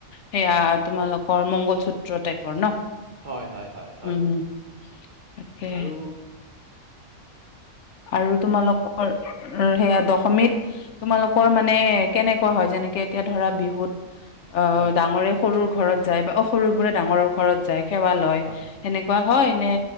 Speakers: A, on the left; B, on the right.
A: সেয়া তোমালোকৰ মংগলসূত্ৰ টাইপ ন
B: হয় হয় হয় হয়
A: উম উম তাকে
B: আৰু
A: আৰু তোমালোকৰ সেয়া দশমীত তোমালোকৰ মানে কেনেকা কোৱা হয় যেনেকে এতিয়া ধৰা বিহুত অ
B: হয়
A: ডাঙৰে সৰু ঘৰত যায় বা সৰুবোৰে ডাঙৰ ঘৰত যায় সেৱা লয়
B: হয়
A: সেনেকুৱা হয় নে